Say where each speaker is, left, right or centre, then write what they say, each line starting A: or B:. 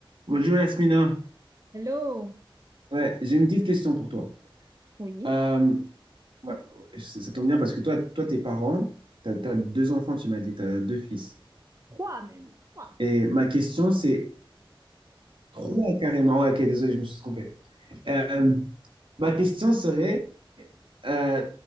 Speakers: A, on the right; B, on the right.
A: Bonjour Yasmina.
B: Hello,
A: Ouais, j'ai une petite question pour toi.
B: oui,
A: Euh, ouais, ça ça tombe bien parce que toi, toi, tes parents, t'as, t'as deux enfants, tu m'as dit, t'as deux fils.
B: trois même, trois.
A: Et ma question, c'est trois carrément. Ouais, ok, désolé, je me suis trompé. Euh, ma question serait, euh,